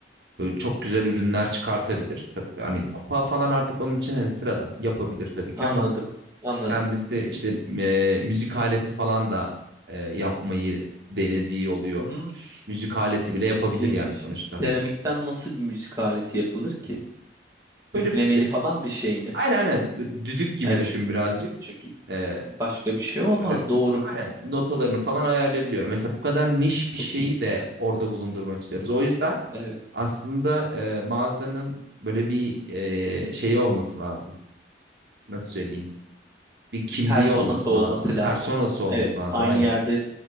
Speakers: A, on the right (about 65°); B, on the right (about 15°).
A: Böyle çok güzel ürünler çıkartabilir. Tabii hani kupa falan artık onun için hani sıradan yapabilir tabii ki
B: Anladım,
A: ama
B: anladım.
A: kendisi işte e, müzik aleti falan da e, yapmayı denediği oluyor.
B: Hmm,
A: Müzik aleti bile yapabilir
B: ilginç.
A: yani sonuçta.
B: Seramikten nasıl bir müzik aleti yapılır ki? Üflemeli
A: Böyle e,
B: falan bir şey mi?
A: aynen aynen düdük gibi
B: Evet,
A: düşün birazcık.
B: çünkü
A: E,
B: başka bir şey olmaz.
A: öyle
B: Doğru,
A: aynen notalarını falan ayarlayabiliyor. Mesela bu kadar niş
B: çok
A: bir şeyi
B: iyi.
A: de orada bulundurmak istiyoruz. O yüzden
B: Evet,
A: aslında e, mağazanın böyle bir e, şeyi olması lazım. Nasıl söyleyeyim? bir kimliği
B: bir personası
A: olması
B: olması
A: lazım.
B: lazım.
A: Personası olması
B: Evet,
A: lazım
B: aynı
A: aynen.
B: yerde